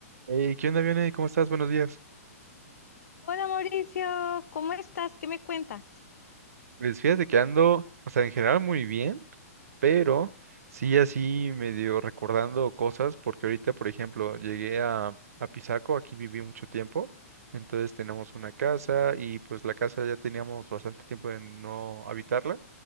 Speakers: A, on the right; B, on the left.
A: Hey, ¿qué onda, Vione? ¿Cómo estás? Buenos días.
B: Hola Mauricio, ¿cómo estás? ¿Qué me cuentas?
A: Pues fíjate que ando, o sea, en general muy bien, pero sí así medio recordando cosas, porque ahorita, por ejemplo, llegué a, a Pisaco, aquí viví mucho tiempo, entonces tenemos una casa y pues la casa ya teníamos bastante tiempo de no habitarla.